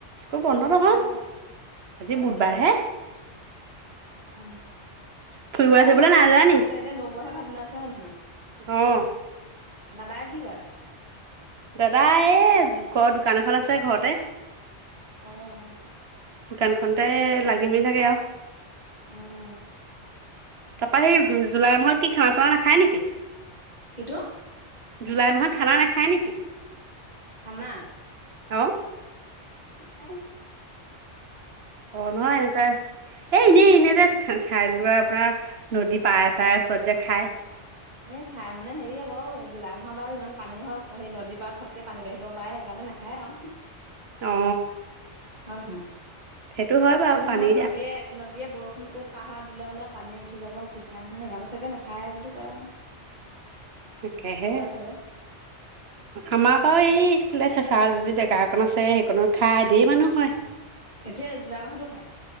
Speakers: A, on the right; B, on the right.
A: স্কুল বন্ধ নহয়
B: অ
A: আজি
B: অ
A: বুধবাৰ
B: অ
A: হে
B: অ
A: ফুৰিব
B: অ
A: আছে বোলে
B: মা
A: নাযায়
B: স্কুলত
A: নি
B: আছে এতিয়া নবৌহে ভাত বনাইছে হয় নহয়
A: অ
B: দাদাই কি কৰে
A: দাদা এ ঘৰৰ দোকান এখন আছে ঘৰতে
B: অ অ
A: দোকানখনতে লাগি মেলি থাকে আও
B: উম
A: তাৰপৰা সেই জুলাই মাহত কি খানা চানা নাখায় নেকি
B: কিটো
A: জুলাই মাহত খানা নাখায় নেকি
B: খানা
A: অ
B: খাই
A: অ নহয় এনেকা এই এনেই এনেই যে ঠাই লোৱা আপোনাৰ নদী পাৰে চাৰে ওচৰত যে খায়
B: এ খাই মানে হেৰি আকৌ জুলাই মাহত আৰু ইমান পানী হয় সেই নদীৰ পাৰত ফটকে পানী বাঢ়িব পায় সেইকাৰণে নাখায় আও
A: অ
B: হয় নহয়
A: সেইটো হয় বাৰু
B: কোন
A: পানী
B: সময়ত নদীয়ে নদীয়ে বৰষুণ কত পাহাৰ দিলো মানে পানী উঠি যাব ঠিক নাই নহয় সেইকাৰণে চাগে নাখায় বুলি কয় আও
A: তাকেহে
B: চাগে
A: আমাৰ বাৰু এইফালে চেঁচা বুলি জেগা একন আছে সেইকনত খাই ধেৰ মানুহ হয়
B: এতিয়া জুলাই মাহতো খায়